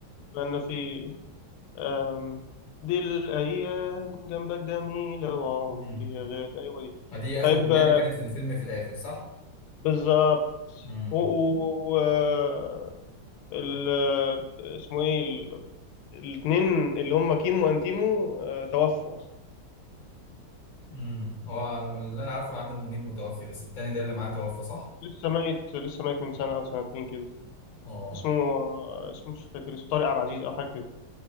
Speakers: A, on the left (about 85°); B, on the left (about 30°).
A: كان فيه أم... دي الايام جنبك جميله وعمري
B: امم
A: يا غالي ايوه دي
B: فدي اخر
A: طيب
B: اغنيه
A: آه،
B: اللي كانت في الفيلم في الاخر صح
A: بالظبط
B: امم
A: و... و... و... آه، ال... آه، اسمه ايه ال... الاثنين اللي هم كيمو وانتيمو آه، توفوا اصلا
B: امم هو على ما- اللي انا عارفه عامر منيب متوفي بس التاني ده اللي معاه توفى صح
A: لسه ميت لسه ميت من سنه او سنتين كده
B: اه
A: اسمه آه، اسمه مش فاكر اسمه طارق عبد العزيز او حاجه كده